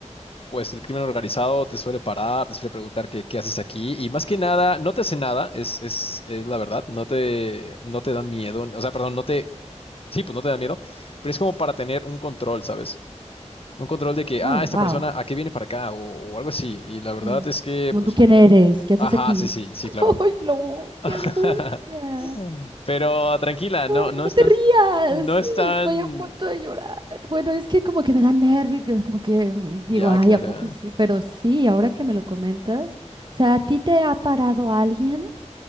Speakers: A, on the left (about 50°); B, on the right (about 40°).
A: pues el crimen organizado te suele parar, te suele preguntar qué, qué haces aquí, y más que nada, no te hace nada, es, es, es la verdad, no te, no te dan miedo, o sea, perdón, no te, sí, pues no te dan miedo, pero es como para tener un control, ¿sabes? un control de que,
B: Oh,
A: ah, esta
B: wow.
A: persona, ¿a qué viene para acá? O, o algo así. Y la verdad
B: Mm.
A: es que,
B: Como
A: pues,
B: tú quién eres, ¿qué
A: ajá,
B: haces aquí?
A: sí, sí, sí,
B: <laughs>
A: claro.
B: ¡Ay, no! ¡Qué
A: <laughs>
B: angustia!
A: Pero tranquila, no,
B: ¡Ay,
A: no
B: no
A: están,
B: te rías!
A: no están,
B: Estoy a punto de llorar. Bueno, es que como que me da nervio, que como que mm, digo,
A: ya,
B: ay,
A: Clara.
B: ¿a poco sí? Pero sí, ahora que me lo comentas, o sea, ¿a ti te ha parado alguien